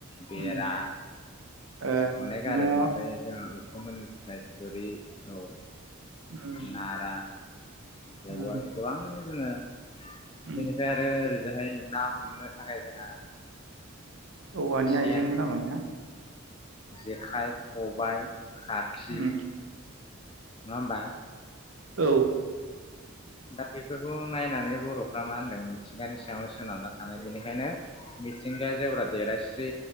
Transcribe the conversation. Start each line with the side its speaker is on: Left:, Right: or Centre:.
Left: बेरा
Right: उम ओ
Left: अनेग आरो
Right: न'
Left: बेनिफ्राय जों <unintelligible> थुरि औ
Right: उम
Left: नारा थेवोल
Right: उम
Left: गोबां जोङो
Right: उम
Left: बेनिफ्राय आरो जाहाय ना हमनो थाखाय जोंहा
Right: औवानि
Left: सेन
Right: आइजेंबो नांगौ ना?
Left: जेखाइ खब बाय खाखि
Right: उम
Left: नङा होमबा?
Right: औ
Left: दा बेफोरखौ नायनानै बर'फ्रा मा होनदों मिथिंगानि सायाव सोनारना थानाय बेनिखायनो मिथिंगाया जेब्ला देलायस्रि